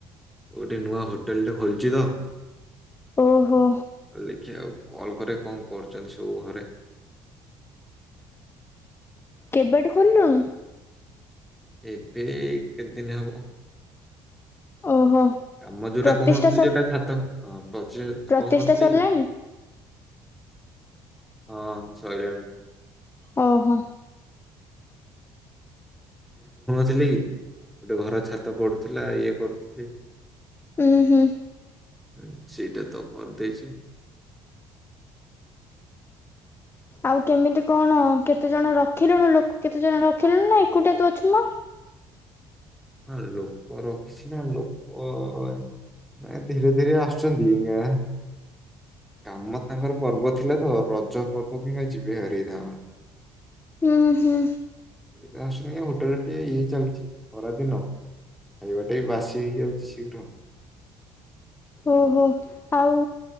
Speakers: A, in the centre; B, on the left.
A: ଗୋଟେ ନୂଆ ହୋଟେଲ୍ ଟେ ଖୋଲିଚି ତ।
B: ଓହୋ।
A: ଦେଖିଆ ଆଉ କଲ୍ କରେ, କଣ କରୁଚନ୍ତି ସବୁ ଘରେ?
B: କେବେଠୁ ଖୋଲିଲୁଣ?
A: ଏବେ ଏଇ କେତେ ଦିନ ହବ।
B: ଓହୋ
A: କାମ ଯୋଉଟା
B: ପ୍ରତିଷ୍ଠା
A: କହୁନଥିଲି
B: ସର୍
A: ଯୋଉଟା ଛାତ ପଛେ
B: ପ୍ରତିଷ୍ଠା
A: କହୁନଥିଲି
B: ସରିଲାଣି?
A: କି ହଁ ସଇଲାଣି।
B: ଓହୋ।
A: ଥିଲେକି ଗୋଟେ ଘର ଛାତ ପଡୁଥିଲା ଇଏ କରୁଥିଲି।
B: ଉଁ ହୁଁ।
A: ହୁଁ ସେଇଟା ତ କର ଦେଇଚି।
B: ଆଉ କେମିତି କଣ କେତେ ଜଣ ରଖିଲୁଣୁ? ଲୋକ କେତେ ଜଣ ରଖିଲୁଣି ନା? ଏକୁଟିଆ ତୁ ଅଛୁ ମ।
A: ହଁ ଲୋକ ରଖିଛି ନା ଲୋକ ଏ ଧୀରେ ଧୀରେ ଆସୁଛନ୍ତି। ଏହା କାମ ତାଙ୍କର ପର୍ବ ଥିଲା ତ ରଜ ପର୍ବ କୁ ଏଇନା ଯିବେ ହେରି ତାଙ୍କର।
B: ଉଁ, ହୁଁ।
A: ଏ ଆସୁନି ହୋଟେଲ୍ ଟେ ଇଏ ଚାଲିଚି, ଖରା ଦିନ ଖାଇବା ଟା ବି ବାସି ହେଇଯାଉଛି ଶୀଘ୍ର।
B: ଓହୋ ଆଉ